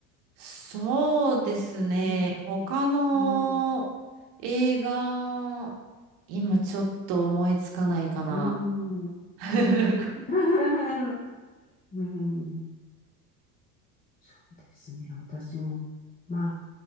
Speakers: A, on the right; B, on the left.
A: そうですね。
B: うん。
A: 他の映画、
B: うん。
A: 今ちょっと思いつかないかな。
B: うん。うん。
A: <laughs>
B: <laughs> うんそうですね。私も、まあ、